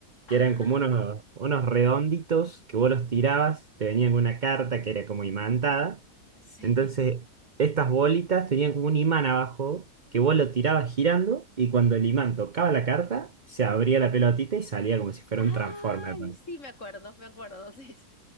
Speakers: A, on the right; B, on the left.
A: Que
B: ah,
A: eran como unos, unos redonditos que vos los tirabas, te venían con una carta que era como imantada.
B: sí.
A: Entonces, estas bolitas tenían como un imán abajo, que vos lo tirabas girando, y cuando el imán tocaba la carta, se abría la pelotita y salía como si fuera
B: Ay,
A: un Transformer.
B: sí, me acuerdo, me acuerdo, sí, sí.